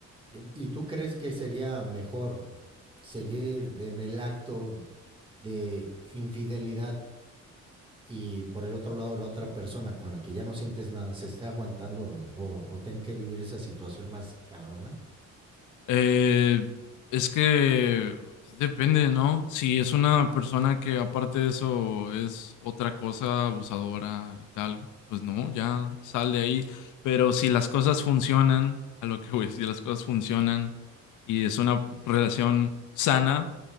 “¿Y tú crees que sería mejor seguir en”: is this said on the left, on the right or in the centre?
Right